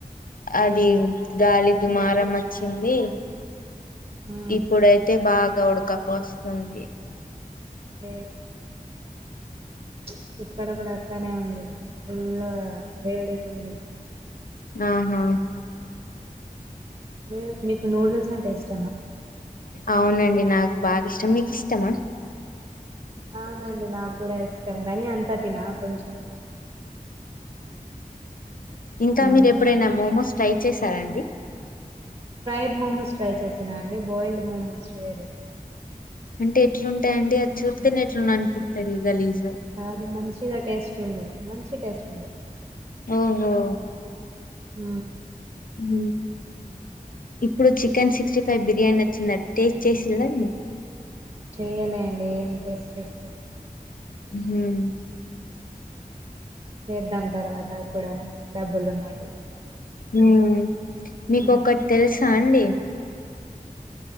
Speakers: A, on the left; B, on the right.
A: అది గాలి దుమారం వచ్చింది
B: మ్మ్
A: ఇప్పుడైతే బాగా ఉడక పోస్తుంది
B: అదే ప్చ్ ఇక్కడ కూడా అట్లానే ఉంది ఫుల్ వేడిగా ఉంది
A: ఆహా
B: మీ మీకు నూడిల్స్ అంటే ఇష్ట
A: అవునండి నాకు బాగా ఇష్టం మీకు ఇష్టమా
B: అవునండి నాకు కూడా ఇష్టం కానీ అంత తిన కొంచెం
A: ఇంకా
B: ఆ
A: మీరు ఎప్పుడైనా మోమోస్ ట్రై చేశారా అండి
B: ఫ్రైడ్ మోమోస్ ట్రై చేసానా అండి బాయిల్డ్ మోమోస్ చేయలే ట్రై
A: అంటే ఎట్లుంటాయి అండి అది చూత్తేనే ఎట్లనో అనిపిత్తది గలీజ్
B: కాదు మంచిగా టేస్ట్ ఉండే మంచి టేస్ట్ ఉండే
A: ఓహో
B: ఊ
A: ఊ ఇప్పుడు చికెన్ సిక్స్టీ ఫైవ్ బిర్యానీ వచ్చిందా టేస్ట్ చేసిల్లా మీకు
B: చెయ్యలే అండి ఏం టేస్ట్ చేస్తరు
A: ఉహూ
B: చేద్దాం తర్వాత ఎప్పుడైనా డబ్బులు ఉన్నప్పుడు
A: ఉమ్మ్ మీకొకటి
B: హ్మ్
A: తెలుసా అండి